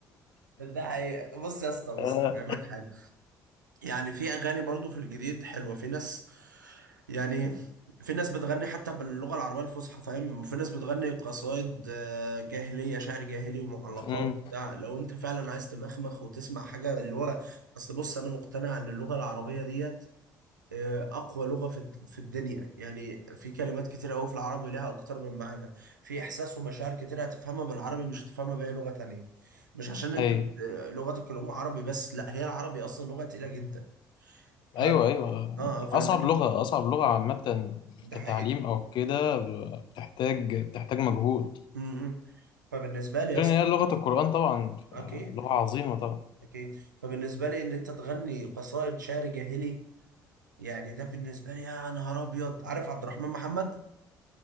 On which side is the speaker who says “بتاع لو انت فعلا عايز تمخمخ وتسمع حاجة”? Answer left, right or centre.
Right